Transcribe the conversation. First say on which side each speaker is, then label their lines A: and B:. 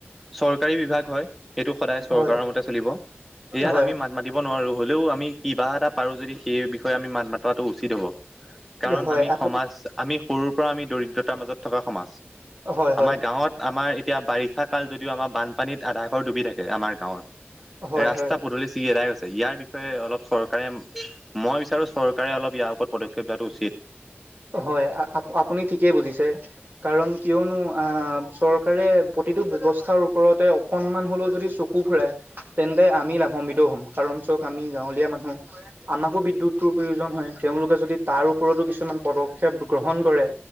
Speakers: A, in the centre; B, on the right.
A: চৰকাৰী বিভাগ হয়। সেইটো সদায় চৰকাৰৰ
B: হয়
A: মতে চলিব ইয়াত
B: হয়
A: আমি মাত মাতিব নোৱাৰোঁ হ'লেও আমি কিবা এটা পাৰোঁ যদি সেই বিষয়ে আমি মাত মাতাটো উচিত হ'ব কাৰণ
B: হয়
A: আমি
B: আপু
A: সমাজ আমি সৰুৰ পৰা আমি দৰিদ্ৰতাৰ মাজত থকা সমাজ।
B: হয় হয়।
A: আমাৰ গাঁৱত আমাৰ এতিয়া বাৰিষা কাল যদিও আমাৰ বানপানীত আধা ঘৰ ডুবি থাকে আমাৰ গাঁৱৰ
B: হয়
A: ৰাস্তা
B: হয়।
A: পদলি ছিগি এদাই গৈছে ইয়াৰ বিষয়ে অলপ চৰকাৰে মই বিচাৰো চৰকাৰে অলপ ইয়াৰ ওপৰত পদক্ষেপ লোৱাটো উচিত
B: হয় আপুনি ঠিকেই বুজিছে। কাৰণ কিয়নো আ চৰকাৰে প্ৰতিটো ব্যৱস্থা ওপৰতে অকনমান হলেও যদি চকু কু ফুৰাই তেন্তে আমি লাভাম্বিটো হ'ম কাৰণ চক আমি গাঁৱলীয়া মানুহ আমাকো বিদ্যুৎৰ প্ৰয়োজন হয় তেওঁলোকে যদি তাৰ ওপৰতো কিছুমান পদক্ষেপ গ্ৰহণ কৰে